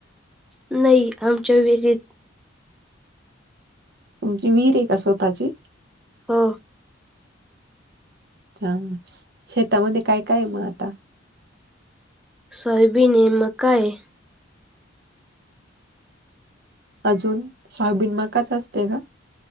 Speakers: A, in the centre; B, on the right (about 55°).
A: नाही. आमच्या वीहीरीत.
B: तूमची वीहीरे का स्वतःची?
A: हो.
B: च, शेतामध्ये काय काय मग आता.
A: सॉयबीने, मकाये.
B: अजून. सोयाबीन मकाच असते का?